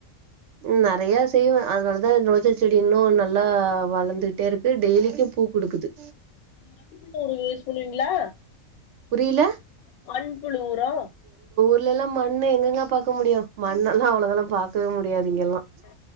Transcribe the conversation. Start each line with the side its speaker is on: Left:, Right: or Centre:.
Right: ம் நறைய செய்வ அதனாலதா எ ரோஜா செடி இன்னும் நல்லா வளர்ந்துட்டேருக்கு டெய்லிக்கும் பூ குடுக்குது
Left: மண் புழு உரோ வேஸ் பண்வீங்ளா
Right: புரில
Left: மண்புழு உரோ
Right: இல்லெல்லா மண்ணு எங்கெங்க பாக்க முடியு மண்ணெல்லா அவ்ளோவெல்லா பாக்கவே முடியாது இங்கெல்லா
Left: அ